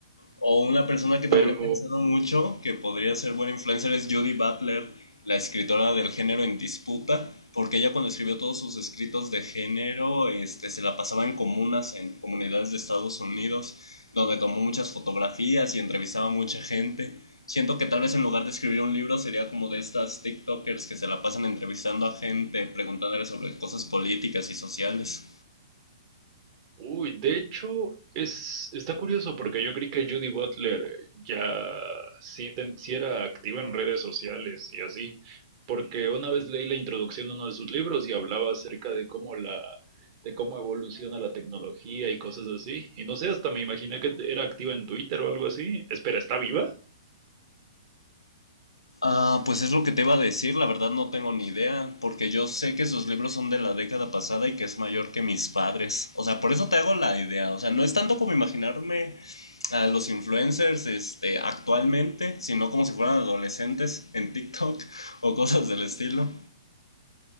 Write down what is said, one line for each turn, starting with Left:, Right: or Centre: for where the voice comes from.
Left: O una persona que también
Right: Pero
Left: he pensado mucho que podría ser buena influencer es Judy Butler, la escritora del género en disputa, porque ella cuando escribió todos sus escritos de género, este, se la pasaba en comunas, en comunidades de Estados Unidos, donde tomó muchas fotografías y entrevistaba a mucha gente. Siento que tal vez en lugar de escribir un libro sería como de estas TikTokers que se la pasan entrevistando a gente, preguntándole sobre cosas políticas y sociales.
Right: Uy, de hecho, es, está curioso porque yo creí que Judy Butler eh, ya sí, ten- sí era activa en redes sociales y así, porque una vez leí la introducción de uno de sus libros y hablaba acerca de cómo la, de cómo evoluciona la tecnología y cosas así. Y no sé, hasta me imaginé que era activa en Twitter o algo así. Espera, ¿está viva?
Left: Ah, pues es lo que te iba a decir, la verdad no tengo ni idea, porque yo sé que sus libros son de la década pasada y que es mayor que mis padres. O sea, por eso te hago la idea. O sea, no es tanto como imaginarme a los influencers, este, actualmente, sino como si fueran adolescentes en TikTok <laughs> o cosas del estilo.